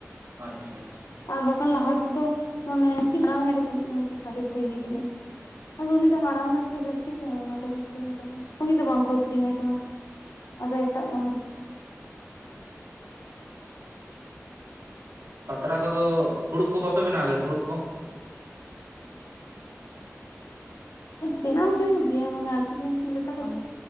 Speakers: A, on the right; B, on the left.
A: ᱟᱪᱪᱷᱟ ᱟᱪᱪᱷᱟ ᱾
B: ᱟᱨ ᱵᱟᱠᱷᱟᱱ ᱞᱟᱦᱟ ᱛᱮᱫᱚ ᱢᱟᱱᱮ <unintelligible> ᱥᱟᱭᱠᱮᱞ ᱛᱮ ᱤᱫᱤ ᱛᱟᱦᱮᱸ ᱤᱧ ᱾ ᱟᱫᱚ ᱩᱱᱤ ᱫᱚ ᱦᱟᱲᱟᱱᱟᱢ ᱱᱟᱭ ᱛᱚ ᱡᱟᱥ ᱛᱤ ᱜᱮ ᱟᱱᱟ ᱠᱷᱟᱛᱤᱨ ᱛᱮ ᱩᱱᱤ ᱫᱚ ᱵᱟᱝᱠᱚ ᱟᱹᱠᱷᱨᱤᱧᱟᱭ ᱠᱟᱱᱟ ᱟᱫᱚ ᱮᱴᱟᱜ ᱢᱟᱦᱟᱡᱚᱱ
A: ᱯᱟᱛᱲᱟ ᱠᱚᱫᱚ ᱯᱷᱩᱲᱩᱜ ᱠᱚ ᱵᱟᱯᱮ ᱵᱮᱱᱟᱣ ᱜᱮᱭᱟ ᱯᱷᱩᱲᱩᱜ ᱠᱚ?
B: ᱵᱮᱱᱟᱣ ᱦᱩᱭᱩᱜ ᱜᱮᱭᱟ ᱢᱟᱱᱮ ᱟᱹᱠᱷᱨᱤᱧ ᱞᱮᱠᱟ ᱫᱚ ᱵᱟᱝ᱾